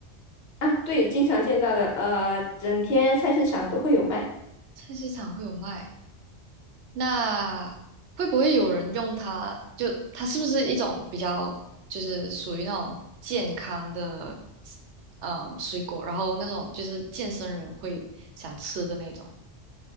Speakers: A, on the left (about 60°); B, on the right (about 75°).
A: 啊？对，经常见到的，呃，整天菜市场都会有卖
B: 菜市场会有卖。那会不会有人用它？就它是不是一种比较，就是属于那种健康的，嗯，水果，然后那种就是健身人会想吃的那种，